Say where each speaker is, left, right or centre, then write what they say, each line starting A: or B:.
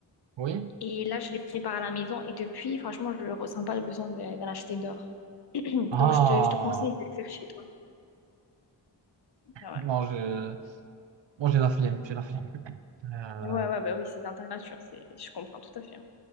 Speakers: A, on the right (about 70°); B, on the left (about 55°).
A: Oui?
B: Et là, je les prépare à la maison. Et depuis, franchement, je ne ressens pas le besoin de- d'en acheter dehors. <clears throat>
A: Ah,
B: Donc, je te, je te conseille de le faire chez toi. Ah Ouais,
A: non, je, moi j'ai la flemme, j'ai la flemme. Euh,
B: ouais, ouais, bah oui, c'est dans ta nature. C'est, je comprends tout à fait. hein.